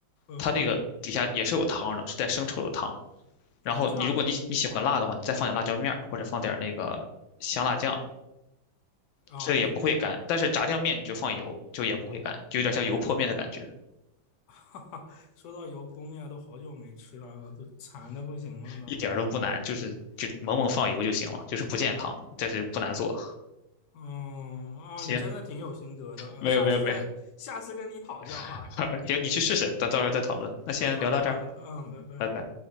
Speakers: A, on the left; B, on the left.
A: 嗯哼，
B: 它那个底下也是有汤的，是带生抽的汤。然后你如果你你喜欢辣的话，
A: 啊这样
B: 你再放点辣椒面儿或者放点那个香辣酱，
A: 啊那
B: 这也不会干。但是炸酱面你就放油，就也不会干，就有点像油泼面的感觉，
A: <laughs> 哈哈，说到油泼面，都好久没吃了，都馋的不行了都。
B: 一点儿都不难，
A: 嗯
B: 就是就猛猛放油就行了，就是不健康，但是不难做。
A: 嗯啊，
B: 行，
A: 你真的挺有心得的，呃下次再下次跟你讨教哈。
B: 没有没有没有，<laughs> 行，你去试试，等到时候再讨论。
A: <laughs>
B: 那先聊到这儿，
A: 呃，好的好的，嗯，拜拜。
B: 拜拜。